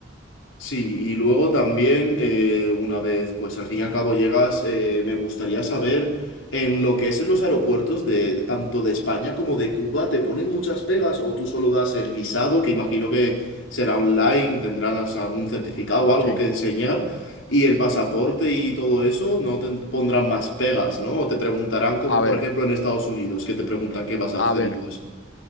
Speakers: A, on the left (about 90°); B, on the left (about 75°).
A: Sí, y luego también, eh, una vez, pues al fin y al cabo llegas, eh, me gustaría saber en lo que es en los aeropuertos de, de tanto de España como de Cuba, ¿te ponen muchas pegas o tú solo das el visado, que imagino que será online, tendrás algún certificado o algo
B: Sí.
A: que enseñar, y el pasaporte y todo eso, no te pondrán más pegas, ¿no? O te preguntarán como
B: A
A: por
B: ver,
A: ejemplo en Estados Unidos, que te preguntan qué vas a
B: a
A: hacer
B: ver.
A: y todo eso.